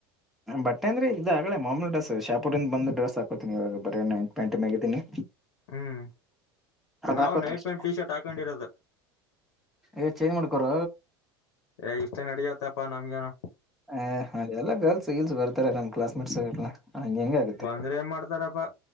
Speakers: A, in the centre; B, on the left.
A: ಬಟ್ಟ. ಅಂದ್ರೆ ಇದಾಗೇ ಮಾಮೂಲ ಡ್ರೆಸ್ ಶಾಪೂರಿಂದ ಬಂದು ಡ್ರಸ್ ಹಾಕತಿನಿವಾಗ ಬರೆ ನೈಟ್ ಪ್ಯಾಂಟ್ಮಗಿದ್ದೀನಿ.
B: ಹ್ಮ್ ನಾವು
A: ಹಾಕೋತೀನಿ
B: ನೈಟ್
A: ಸ್ವಲ್ಪ
B: ಪ್ಯಾಂಟ್ ಟೀ ಶರ್ಟ್ ಹಾಕೊಂಡಿರೋದ.
A: ಏ ಚೇಂಜ್ ಮಾಡ್ಕೋರ.
B: ಏ ಇಷ್ಟೇ ನಡಿಯತ್ತಪ್ಪಾ ನಮ್ಗೇನ.
A: ಹ ಹಾಗ ಎಲ್ಲ ಗರ್ಲ್ಸ್ ಗೀಲ್ಸ್ ಬರ್ತಾರೆ ನಮ್ ಕ್ಲಾಸ್ಮೇಟ್ಸ್ ಹಂಗ ಹೆಂಗ ಆಗುತ್ತೆ.
B: ಬಂದ್ರೆ ಏನ್ ಮಾಡ್ತಾರಪ್ಪಾ